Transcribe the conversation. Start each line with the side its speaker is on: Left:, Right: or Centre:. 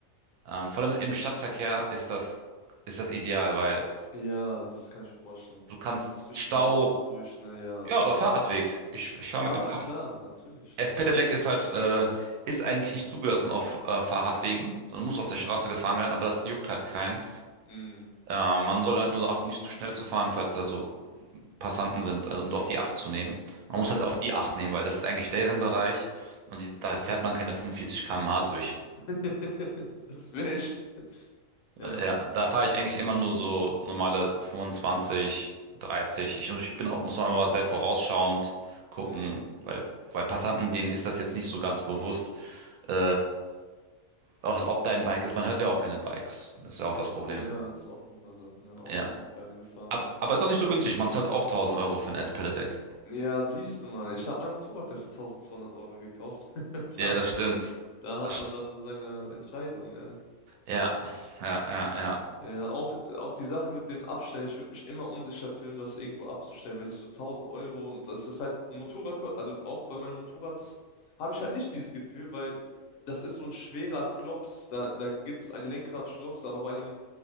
Right: Ähm, vor allem im Stadtverkehr ist das, ist das ideal, weil
Left: Ja, das kann ich mir vorstellen.
Right: du kannst
Left: So zwischen
Right: Stau,
Left: den Autos durch, na ja.
Right: ja, oder Fahrradweg. Ich, ich fahre
Left: Fahrer,
Right: mit dem
Left: ah, klar, natürlich,
Right: S-Pedelec
Left: ja.
Right: ist halt, äh, ist eigentlich nicht zugelassen auf äh, Fahrradwegen, sondern muss auf
Left: Mhm.
Right: der Straße gefahren werden, aber das juckt halt keinen.
Left: Mhm.
Right: Äh, man soll halt nur darauf achten, nicht zu schnell zu fahren, falls da so Passanten sind, also und auf die Acht zu nehmen. Man
Left: Ja,
Right: muss halt auf die Acht nehmen, weil das ist eigentlich deren Bereich und die, da
Left: genau.
Right: fährt man keine 45 km/h durch.
Left: <laughs> Das wäre echt. Ja.
Right: Äh, ja, da fahre ich eigentlich immer nur so normale 25, 30. Ich, ich bin auch, muss man aber sehr vorausschauend gucken,
Left: mm.
Right: weil, weil Passanten, denen ist das jetzt nicht so ganz bewusst. Äh, Also ob dein Bike ist, man hört ja auch keine Bikes. Das ist ja auch das Problem.
Left: Ja, das ist auch noch eine Sache, ne? Auch
Right: Ja.
Left: eine kleine Gefahr.
Right: Ab, aber ist auch nicht so günstig. Man zahlt auch 1000 Euro für ein S-Pedelec.
Left: Ja, siehst du mal, ich habe mein Motorrad ja für Euro gekauft. <laughs>
Right: Ja,
Left: Da,
Right: das stimmt.
Left: da
Right: Das,
Left: hat man
Right: st-
Left: dann so seine Entscheidung, ne?
Right: ja, ja, ja, ja.
Left: Ja, auch, auch die Sache mit dem Abstellen. Ich würde mich immer unsicher fühlen, was irgendwo abzustellen, wenn ich so 1000 Euro und das ist halt ein Motorrad, ko- also auch bei meinem Motorrad habe ich halt nicht dieses Gefühl, weil das ist so ein schwerer Klops. Da, da gibt es ein Lenkradschloss, aber bei einem